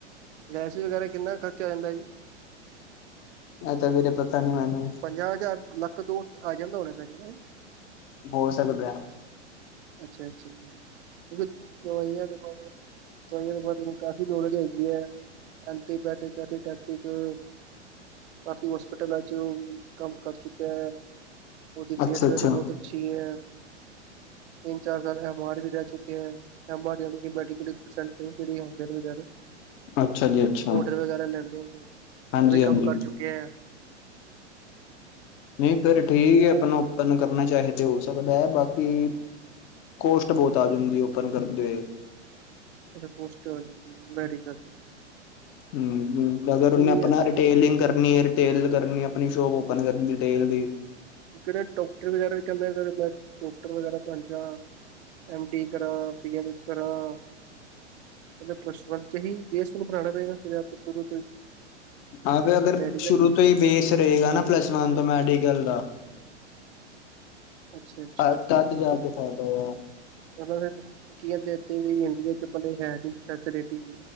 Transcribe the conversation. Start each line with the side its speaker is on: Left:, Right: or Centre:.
Right: ਲੈਂੲਸ ਵਗੈਰਾ ਕਿੰਨਾ ਖਰਚਾ ਹੋ ਜਾਂਦਾ ਜੀ। <inaudible> <inaudible>
Left: ਇਹ ਤਾਂ ਵੀਰੇ ਪਤਾ ਨੀ ਮੈਨੂੰ
Right: ਪੰਜਾਹ ਹਜ਼ਾਰ, ਲੱਖ ਤੋ ਉੱਤੇ ਆ ਜਾਂਦਾ ਹੋਣਾ ਹਨਾ। ਮੈਂ ਕਹਿਣਾ
Left: ਹੋ ਸਕਦਾ।
Right: ਅੱਛਾ-ਅੱਛਾ ਜੀ <unintelligible> ਦਵਾਈਆਂ ਦੇ ਬਾਰੇ ਮੈਨੂੰ ਕਾਫ਼ੀ ਨੌਲੇਜ ਹੈਗੀ ਹੈ ਐਂਟੀਬਾਇਟਕ <unintelligible> ਕਾਫ਼ੀ ਹੋਸਪਿਟਲਾਂ 'ਚ ਵੀ ਕੰਮ ਕਰ ਚੁੱਕਿਆ ਐ। ਉਹਦੀ ਫੇਸ
Left: ਅੱਛਾ
Right: ਵਲੂੈ
Left: ਅੱਛਾ
Right: ਬਹੁਤ ਅੱਛੀ ਐ। ਤਿੰਨ ਚਾਰ ਸਾਲ ਐਵਾਰਡ ਵੀ ਰਹਿ ਚੁੱਕੇ ਆ <unintelligible>
Left: ਅੱਛਾ ਜੀ ਅੱਛਾ
Right: ਔਡਰ ਵਗੈਰਾ ਲੈਂਦੇ ਹੁੰਦੇ
Left: ਹਾਂਜੀ
Right: ਉਹ ਵੀ ਕੰਮ
Left: ਹਾਂਜੀ
Right: ਕਰ ਚੁੱਕੇ ਐ।
Left: ਨਹੀਂ ਫਿਰ ਠੀਕ ਹੀ
Right: ਉਹ
Left: ਆਪਣਾ ਓਪਨ ਕਰਨਾ ਚਾਹੇ ਤਾਂ ਹੋ ਸਕਦਾ ਐ। ਬਾਕੀ ਕੋਸਟ ਬਹੁਤ ਆ ਜਾਂਦੀ ਓਪਨ ਕਰਦੇ ਹੋਏ।
Right: ਪੋਸਟ ਆ ਜਾਂਦੀ ਮੈਡੀਕਲ ਦੀ।
Left: ਹੂੰ-ਹੂੰ ਮਗਰ
Right: ਕਿਉਂਕਿ
Left: ਆਪਣਾ ਰਿਟੇਲਿੰਗ ਕਰਨੀ ਐ। ਡਟੇਲ ਕਰਨੀ ਆਪਣੀ ਸ਼ੋਪ ਓਪਨ ਕਰਨੀ ਦੀ ਡਟੇਲ ਦੀ।
Right: ਕਿਹੜੇ ਡੋਕਟਰ ਵਗੈਰਾ ਵੀ ਕਹਿੰਦੇ ਮੈਂ ਡੋਕਟਰ ਵਗੈਰਾ ਬਣਜਾ। ਐਮ ਟੀ ਕਰਾ, ਪੀ ਐਮ ਐੱਸ ਕਰਾਂ। ਇਕੱਲਾ ਪਲੱਸ ਵਨ 'ਚ ਹੀ ਬੇਸ ਨੂੰ ਬਣਾਣਾ ਪਏਗਾ ਫੇਰ ਸ਼ੁਰੂ ਤੋਂ ਹੀ
Left: ਹਾਂ ਫੇਰ ਅਗਰ
Right: ਮੈਡੀਕਲ
Left: ਸ਼ੁਰੂ ਤੋਂ ਹੀ ਬੇਸ ਰਹੇਗਾ ਨਾ ਪਲੱਸ ਵਨ ਤੋ ਮੈਡੀਕਲ ਦਾ
Right: ਅੱਛਾ ਅੱਛਾ
Left: ਹਾ ਤਦ ਜਾਕੇ ਫਾਇਦਾ ਹੋਏ ਗਾ
Right: ਉਹ ਮਤਲ ਕੀ ਆਂਦੇ ਇੱਥੇ ਵੀ ਇੰਡੀਆ 'ਚ ਪਲੇ ਹੈਨੀ ਫੈਸਿਲਿਟੀ